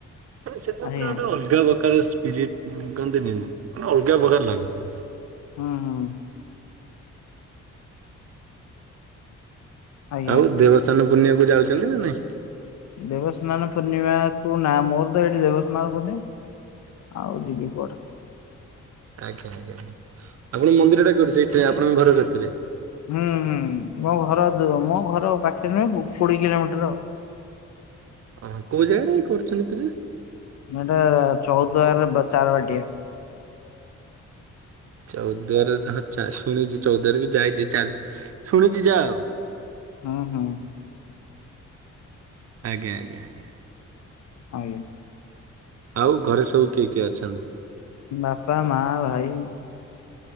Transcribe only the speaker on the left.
ଆଜ୍ଞା
ହଁ ହଁ। ଆଜ୍ଞା।
ଦେବସ୍ନାନ ପୂର୍ଣ୍ଣିମା କୁ ନା ମୋର ତ ଏଇଠି ଦେବସ୍ନାନ ପୂର୍ଣି ଆଉ ଯିବି କୁଆଡେ?
ହୁଁ ହୁଁ ମୋ ଘର ମୋ ଘର ପାଖରେ ନୁହେଁ କୋଡିଏ କିଲୋମିଟର ଆଉ।
ଏଇଟା ଚଉଦ୍ୱାର ର ବ ଚାର ବାଟିଆ।
ହୁଁ ହୁଁ।
ଆଜ୍ଞା।
ବାପା ମା ଭାଇ।